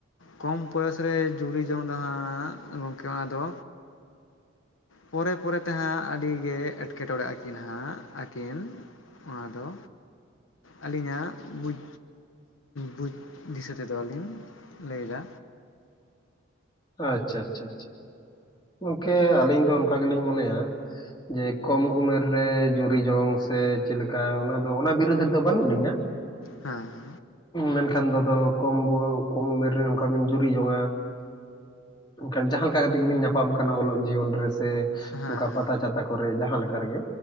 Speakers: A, on the left; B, on the left.
A: ᱠᱚᱢ ᱵᱚᱭᱚᱥ ᱨᱮ ᱡᱩᱨᱤ ᱡᱚᱝ ᱦᱟᱸᱜ ᱜᱚᱢᱠᱮ ᱚᱱᱟ ᱫᱚ ᱯᱚᱨᱮ ᱯᱚᱨᱮ ᱛᱮᱦᱟᱸᱜ ᱟᱹᱰᱤᱜᱮ ᱮᱸᱴᱠᱮᱴᱚᱬᱮ ᱟᱹᱠᱤᱱ ᱦᱟᱸᱜ ᱟᱹᱠᱤᱱ ᱚᱱᱟᱫᱚ ᱟᱹᱞᱤᱧᱟᱜ ᱵᱩᱡᱽ ᱵᱩᱡᱽ ᱫᱤᱥᱟᱹ ᱛᱮᱫᱚ ᱞᱤᱧ ᱞᱟᱹᱭ ᱮᱫᱟ᱾
B: ᱟᱪᱪᱷᱟ ᱟᱪᱪᱷᱟ ᱜᱚᱝᱠᱮ ᱟᱹᱞᱤᱧ ᱫᱚ ᱚᱱᱠᱟ ᱜᱮᱞᱤᱧ ᱢᱚᱱᱮᱭᱟ᱾ ᱡᱮ ᱠᱚᱢ ᱩᱢᱮᱨ ᱨᱮ ᱡᱩᱨᱤ ᱡᱚᱝ ᱥᱮ ᱪᱮᱫᱮᱠᱟ ᱚᱱᱟ ᱫᱚ ᱚᱱᱟ ᱵᱤᱨᱩᱫᱽ ᱨᱮᱫᱚ ᱵᱟᱹᱱᱩᱜ ᱞᱤᱧᱟᱹ᱾
A: ᱦᱮᱸ
B: ᱢᱮᱱᱠᱷᱟᱱ ᱫᱟᱫᱚ ᱠᱚᱢ ᱠᱚᱢ ᱩᱢᱮᱨ ᱨᱮ ᱚᱱᱠᱟ ᱵᱤᱱ ᱡᱩᱨᱤ ᱡᱚᱝᱟ᱾ ᱢᱮᱱᱠᱷᱟᱱ ᱡᱟᱦᱟᱸ ᱞᱮᱠᱟ ᱠᱟᱛᱮᱜ ᱜᱮᱵᱤᱱ ᱧᱟᱯᱟᱢ ᱠᱟᱱᱟ ᱚᱞᱚᱜ ᱡᱤᱭᱚᱱ ᱨᱮᱥ
A: ᱦᱮᱸ
B: ᱚᱱᱠᱟ ᱯᱟᱛᱟ ᱪᱷᱟᱛᱟ ᱠᱚᱨᱮ ᱡᱟᱦᱟᱸ ᱞᱮᱠᱟ ᱨᱮᱜᱮ